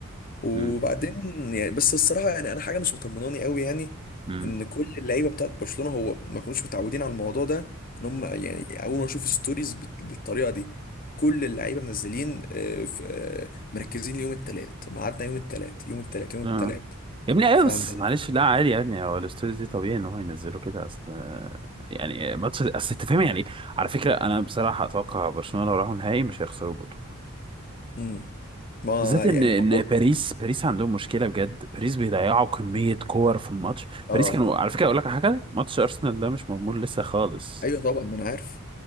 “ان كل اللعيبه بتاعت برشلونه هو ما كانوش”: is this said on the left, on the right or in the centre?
Left